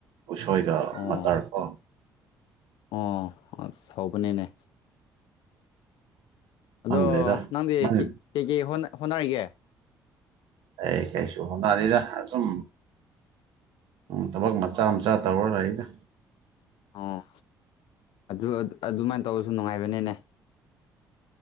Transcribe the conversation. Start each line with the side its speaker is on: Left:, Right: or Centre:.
Right: ꯎꯁꯣꯏꯒ
Left: ꯑꯣ
Right: ꯃꯇꯇꯔ ꯀꯣ
Left: ꯑꯣ ꯑꯁ ꯍꯧꯕꯅꯦꯅꯦ
Right: ꯈꯪꯗ꯭ꯔꯦꯗ
Left: ꯑꯗꯣ ꯅꯪꯗꯤ
Right: ꯅꯪ
Left: ꯀꯩꯀꯩ ꯍꯣꯠꯅꯔꯤꯒꯦ
Right: ꯑꯩ ꯀꯩꯁꯨ ꯍꯣꯠꯅꯅꯤꯗ ꯁꯨꯝ ꯊꯕꯛ ꯃꯆꯥ ꯃꯆꯥ ꯇꯧꯔ ꯂꯩ ꯑꯩꯒ
Left: ꯑꯣ ꯑꯗꯨ ꯑꯗꯨꯃꯥꯏꯅ ꯇꯧꯕꯔꯁꯨ ꯅꯨꯡꯉꯥꯏꯕꯅꯦꯅꯦ